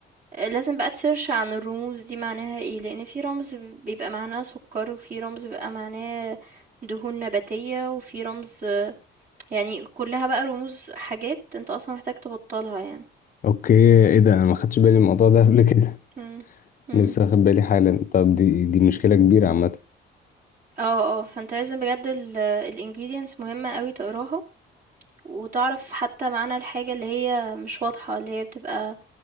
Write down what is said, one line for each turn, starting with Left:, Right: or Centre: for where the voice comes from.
Right: لازم بقى تsearch عن الرموز دي معناها إيه، لأن في رمز بيبقى معناه سُكّر، وفي رمز بيبقى معناه دهون نباتية، وفي رمز يعني كلّها بقى رموز حاجات أنت أصلًا محتاج تبطّلها يعني.
Left: اوكي ايه ده انا ما خدتش بالي من الموضوع ده قبل <laughs> كده
Right: إمم، إمم،
Left: لسه واخد بالي حالا طب دي دي مشكله كبيره عامه
Right: آه، آه، فأنت لازم بجد ال الingredients مهمة أوي تقراها وتعرف حتى معنى الحاجة اللي هي مش واضحة اللي هي بتبقى